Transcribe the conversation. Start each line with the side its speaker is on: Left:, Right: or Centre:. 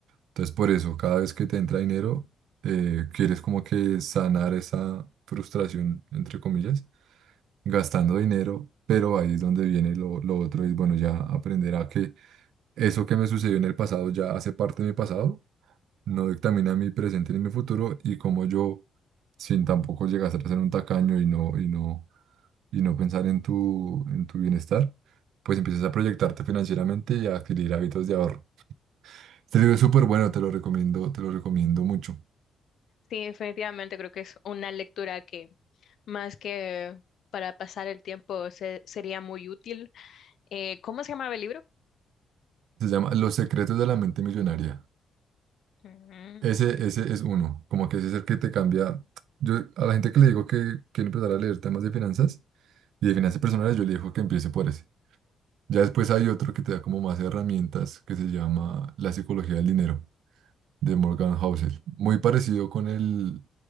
Right: Entonces por eso, cada vez que te entra dinero, eh, quieres como que sanar esa frustración, entre comillas gastando dinero, pero ahí es donde viene lo, lo otro, es bueno, ya aprender a que eso que me sucedió en el pasado ya hace parte de mi pasado, no dictamina mi presente ni mi futuro, y como yo, sin tampoco llegar a ser un tacaño y no, y no, y no pensar en tu, en tu bienestar, pues empiezas a proyectarte financieramente y a adquirir hábitos de ahorro. Este libro es súper bueno, te lo recomiendo, te lo recomiendo mucho.
Left: Sí, definitivamente creo que es una lectura que más que para pasar el tiempo se- sería muy útil. Eh, ¿cómo se llamaba el libro?
Right: Se llama Los secretos de la mente millonaria.
Left: Mm,
Right: Ese, ese es uno, como que ese es el que te cambia. Yo a la gente que le digo que quiere empezar a leer temas de finanzas y de finanzas personales, yo le digo que empiece por ese. Ya después hay otro que te da como más herramientas que se llama La psicología del dinero de Morgan Housel. Muy parecido con el,